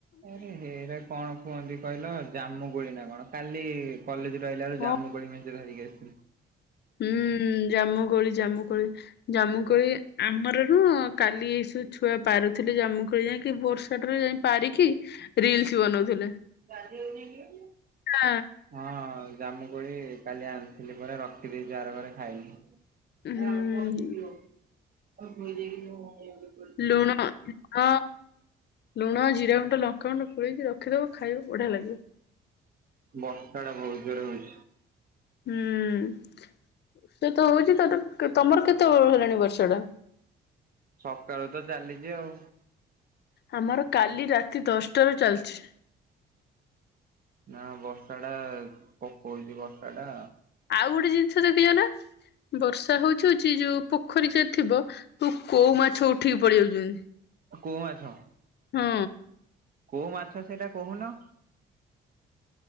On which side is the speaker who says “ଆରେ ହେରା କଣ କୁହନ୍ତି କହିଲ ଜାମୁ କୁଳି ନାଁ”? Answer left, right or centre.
Right